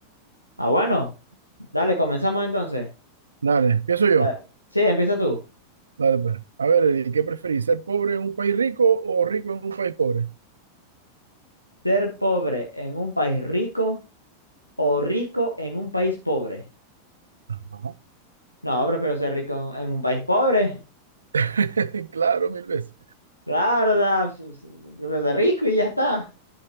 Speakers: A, on the left; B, on the right.
A: Ah, bueno, dale, comenzamos entonces.
B: Dale, empiezo yo.
A: Da- sí, empieza tú.
B: Dale, pues. A ver, ¿y ¿qué preferís? ¿Ser pobre en un país rico o rico en un país pobre?
A: Ser pobre en un país rico o rico en un país pobre.
B: Ajá.
A: No, prefiero ser rico en, en un país pobre.
B: <laughs> Claro, mil veces.
A: Claro, da, s- s- prefiero ser rico y ya está.